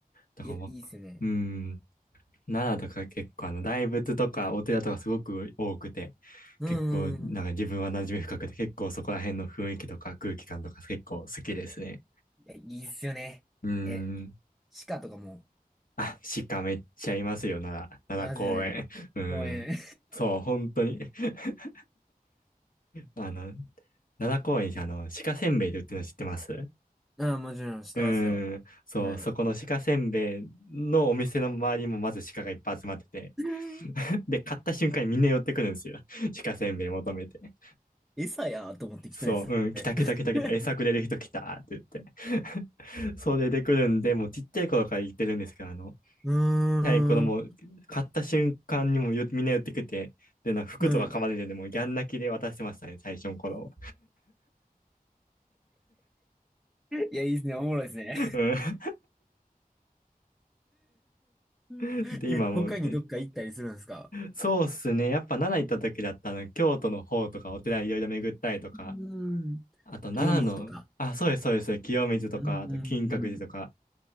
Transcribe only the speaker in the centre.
いや、
いいっすよね。
うんうんうん。
いや、いいっすよね。
え、鹿とかも、
いますよね。
公園。
<laughs> ああ、もちろん、してますよ。
はい。
<laughs> うん
餌やーと思って来たんですよね。
<laughs>
うーん。
うん。
いや、いいっすね。おもろいっすね。
<laughs>
え、
他にどっか行ったりするんですか
うん。
清水とか。
うん、
うん、